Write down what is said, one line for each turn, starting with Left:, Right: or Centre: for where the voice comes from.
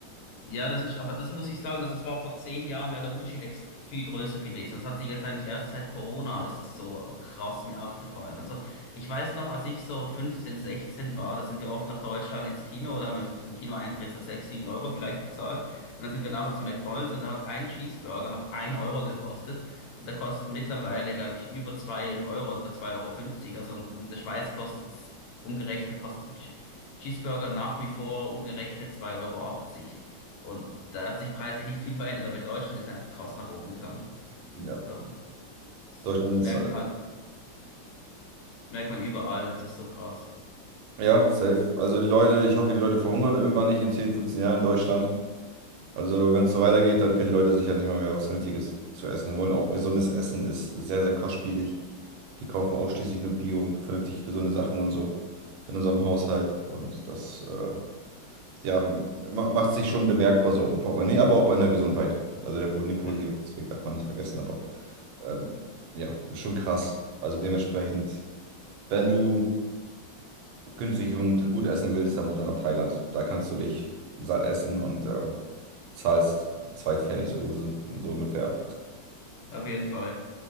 Left: Ja, das ist, aber das muss ich sagen, dass es war vor zehn Jahren, wäre der Unterschied extre- viel größer gewesen. Das hat sich jetzt eigentlich erst seit Corona ist es so krass mir aufgefallen. Also ich weiß noch, als ich so 15, 16 war, da sind wir oft nach Deutschland ins Kino oder haben wir für den Kinoeintritt so 6, 7 Euro vielleicht bezahlt. Und dann sind wir nachher zu McDonald's und da hat ein Cheeseburger hat ein Euro gekostet. Und der kostet mittlerweile, glaube ich, über zwei Euro, sogar 2 Euro. fünfzig. Also und, und in der Schweiz kostet's umgerechnet, kostet ein Che- Cheeseburger nach wie vor umgerechnet zwei Euro. achtzig. Und da hat sich preislich nicht viel verändert, aber in Deutschland ist einfach krass nach oben gegangen.
Right: Ja,
Left: So, das,
Right: Deutschland
Left: das
Right: ist
Left: merkt
Right: alles.
Left: man halt, das merkt man überall, es ist so krass.
Right: Ja, safe. Also die Leute, ich hoffe, die Leute verhungern irgendwann nicht in 10 15 Jahren in Deutschland. Also wenn es so weitergeht, dann können die Leute sich ja nicht mal mehr was Vernünftiges zu essen holen. Auch gesundes Essen ist sehr, sehr kostspielig. Wir kaufen ausschließlich nur Bio und vernünftig gesunde Sachen und so in unserem Haushalt. Und das äh, ja, ma- macht sich schon bemerkbar so im Portemonnaie, aber auch bei der Gesundheit. Also der, po- den positiven
Left: Ja,
Right: Aspekt darf man nicht vergessen, aber ähm, ja, ist schon krass. Also dementsprechend, wenn du günstig und gut essen willst, dann musst du nach Thailand. Da kannst du dich satt essen und äh, zahlst zwei Pfennig so, so, so ungefähr.
Left: auf jeden Fall.